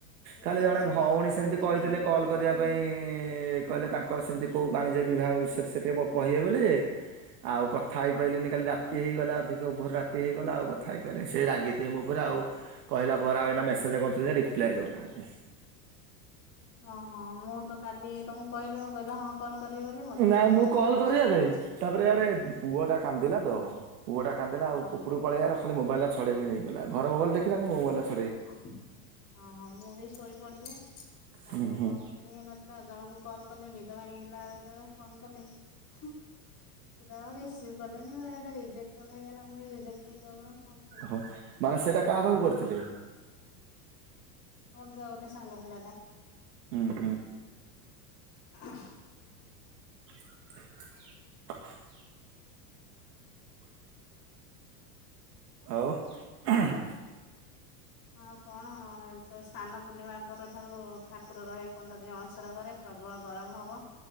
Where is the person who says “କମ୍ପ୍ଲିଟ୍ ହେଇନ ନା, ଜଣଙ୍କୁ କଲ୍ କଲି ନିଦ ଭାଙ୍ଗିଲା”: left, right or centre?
Left